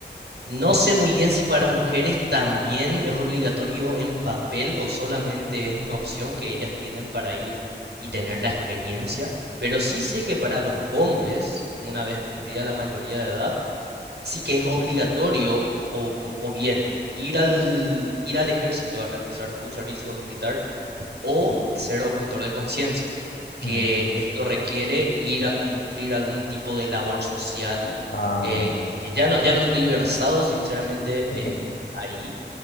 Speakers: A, on the right; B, on the left.
A: no sé muy bien si para mujeres también es obligatorio en papel o solamente es una opción que ellas tienen para ir y tener la experiencia, pero sí sé que para los hombres, una vez cumplida la mayoría de edad, sí que es obligatorio o, o bien ir al, ir al ejército a realizar tu servicio militar o ser objetor de conciencia, que
B: mm.
A: esto requiere ir a cumplir algún tipo de labor social,
B: Ah, amigo.
A: eh, que ya no, ya no estoy versado sinceramente eh,
B: Sí.
A: ahí.